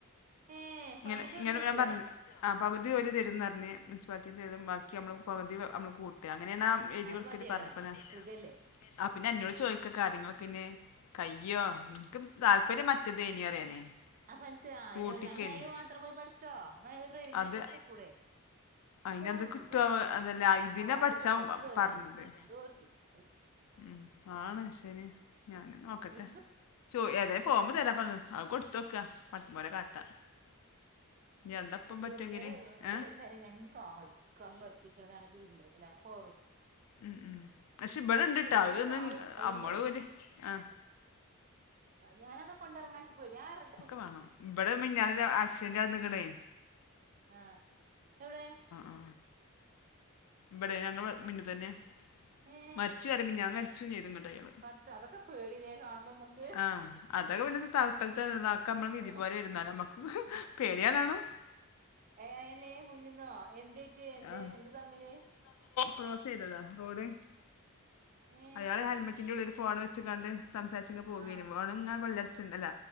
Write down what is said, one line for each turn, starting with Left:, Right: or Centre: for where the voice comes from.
Right: ഏ
Left: ഇങ്ങനെ
Right: പകുതി
Left: ഇങ്ങനെ
Right: അവിടുന്ന് കിട്ടുവോ
Left: ഞാൻ പറഞ്ഞില്ല ആ പകുതി വലി തരുത എന്ന്ഞ്ഞ്ഞഞ് മുസിപ്പാലിറ്റീന്ന് തരതും ബാക്കി നമ്മള് പകുതി നമ്മള് കൂട്ടുക അങ്ങനെയണ എഴുതി
Right: എന്നാലും
Left: കൊടുക്കല്
Right: മതിയല്ലോ
Left: പറഞ്ഞപ്പോലെ
Right: സുഖല്ലേ
Left: ആ പിന്നെ എന്നോട്
Right: എന്നാ
Left: ചോദിക്ക
Right: ചെ
Left: കാര്യങ്ങളൊക്കെ ഇെ കൈ അയ്യോ നിനക്ക് താല്പര്യം മറ്റത്േ ഇനി അറിയാനേ
Right: അപ്പൊ എനിക്ക്
Left: സ്കൂട്ടിക്കേനി
Right: വേണ എന്നാ അയ്യോ ആട്ടർ പോയി പഠിച്ചോ ഡ്രൈവി
Left: അത്
Right: സ്കൂയിക്കൂടെ
Left: അയിനത്
Right: എന്തോ ഒരു
Left: കിട്ടോ
Right: സുഖം എനിക്കൊക്കെ
Left: അതല്ല ഇതിനെ
Right: അവ വാതുക്കന്ന്
Left: പഠിച്ചാ
Right: ബസ്റിയാനുള്ളു
Left: പറഞ്ഞത്
Right: എന്തോ ഒരു സുഖം
Left: ഉം ആണ് ശന ഞാന നോക്കട്ടെ
Right: എനിക്ക്
Left: ചോ ഏതായ ഫോമ് തരാ പറഞ്ഞു അ കൊടുത്ത വെക്കാ മട്ട പോലെ കാട്ടാ ഞണ്ടപ്പം പറ്റുമെങ്കില്
Right: ൂവീലർ ര
Left: ഏ
Right: കാ വത്തിക്കതാണ്ൂവീലർ അല്ല ഫോർ
Left: ഉം ഉം പക്ഷെ ഇബടെ
Right: വീലർ
Left: ഇണ്ട്ട്ടാത്ന്ന്
Right: രണ്ട് കാറും അയിന്റു
Left: അമ്മള് പോര് ആ
Right: ആ ഞാനതത് കൊണ്ട ഇറങ്ങാച്ചച്ച് പോയിരാറങ്ങ
Left: ഒക്കെ വേണം ഇവിടെ മഞാന ആക്സിഡന്റ് ആ നിിക്കണേ
Right: ആഹ എവിടെ
Left: ആ ഇവിടെ ഞങ്ങള് മുന്നു തന്നെ
Right: ഏ
Left: മരിച്ചു വരെ മിഞ്ഞാന്ന് മരിച്ചും ചെയ്തു ഇങ്ങട്ട് അയാള്
Right: പഠച്ച അതൊക്കെ പേട കാണുമ്പോ നമ്മക്ക്
Left: ആ അതൊക്കെ പിന്നത്തെ താക്കാലാക്ക നമ്മള് വിധി
Right: അള്ള
Left: പോലെ വരുന്നാല നമ്മക്ക് പേടിയാനാണ്
Right: അയിലെ മുന്നിന്നോ എന്ത്േച്ച എന്ത്
Left: ആ
Right: എന്ത് തമ്മില്
Left: ക്രോസ് ചെയ്തതാ റോഡ്
Right: ഏ
Left: അയാള് ഹെൽമറ്റിന്റെ ഉള്ള ഒരു ഫോൺ വ അ കണ്ട് സംസാരിച്ച പോവുക
Right: ആഹ്
Left: ഓണം ഇങ്ങെ വെള്ളടിച്ച അല്ല